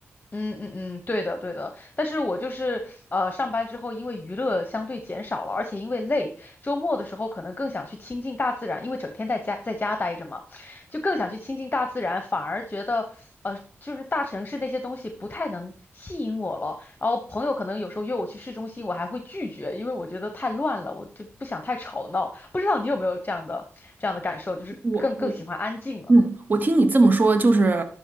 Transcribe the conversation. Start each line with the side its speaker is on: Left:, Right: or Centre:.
Left: 嗯嗯嗯，对的对的，但是我就是呃上班之后，因为娱乐相对减少了，而且因为累，周末的时候可能更想去亲近大自然，因为整天在家在家待着嘛，就更想去亲近大自然，反而觉得呃就是大城市那些东西不太能吸引我了。然后朋友可能有时候约我去市中心，我还会拒绝，因为我觉得太乱了，我就不想太吵闹。不知道你有没有这样的这样的感受，就是更更喜欢安静了。
Right: 我我嗯，我听你这么说，就是